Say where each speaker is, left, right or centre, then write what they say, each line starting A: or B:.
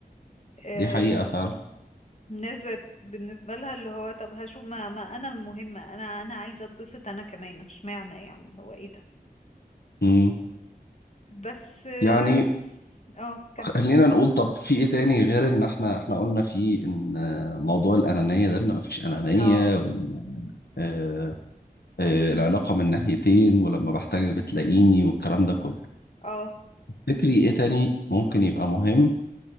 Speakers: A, on the left; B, on the left.
A: آه،
B: دي حقيقة فعلا
A: الناس بقت بالنسبة لها اللي هو طب هشوف ما, ما انا مهمة انا انا عايزة اتبسط انا كمان اشمعنى يعني هو ايه ده
B: مم.
A: بس اه
B: يعني
A: آه، كمل
B: خلينا نقول طب في ايه تاني غير ان احنا احنا قلنا فيه ان آه، موضوع الانانية ده ان مفيش انانية
A: اه
B: وان آه، آه، العلاقة من ناحيتين ولما بحتاجك بتلاقيني والكلام ده كله
A: اه
B: تفتكري ايه تاني ممكن يبقى مهم